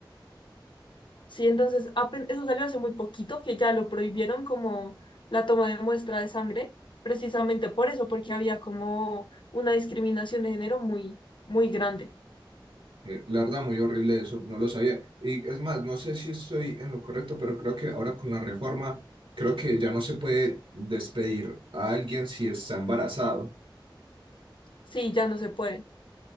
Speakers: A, on the left; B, on the right.
A: Sí, entonces apen- eso salió hace muy poquito, que ya lo prohibieron como la toma de muestra de sangre, precisamente por eso, porque había como una discriminación de género muy, muy grande.
B: Eh, La verdad, muy horrible eso, no lo sabía. Y es más, no sé si estoy en lo correcto, pero creo que ahora con la reforma, creo que ya no se puede despedir a alguien si está embarazado.
A: Sí, ya no se puede.